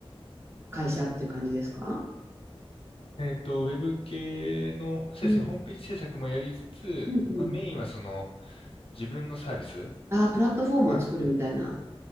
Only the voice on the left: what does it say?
えっと、ウェブ系の、そうですね、
ホームページ制作もやりつつ、
まあ、メインはその自分のサービス、
まあ、